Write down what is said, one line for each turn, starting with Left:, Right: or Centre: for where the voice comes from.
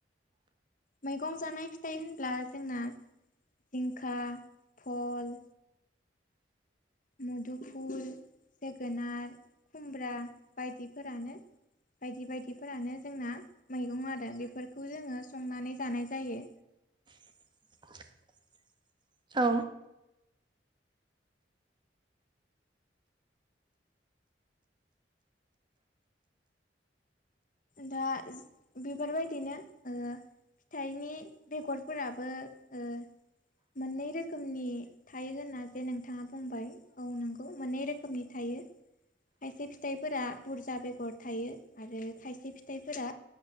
Left: मैगं जानाय फिथाइ होनब्ला जोंना जिंखा फल मुदुफुल जोगोनार खुमब्रा बायदिफोरानो बायदि बायदिफोरानो जोंना मैगं आरो बेफोरखौ जोङो संनानै जानाय जायो
Right: <inaudible> <unintelligible> औ
Left: दा बेफोर‌बायदिनो फिथाइनि बेगरफोराबो ओ मोननै रोखोमनि थायो होनना जे नोंथाङा बुंबाय औ नंगौ मोननै रोखोमनि थायो खायसे फिथाइफोरा बुरजा बेगर थायो आरो खायसे फिथाइफोरा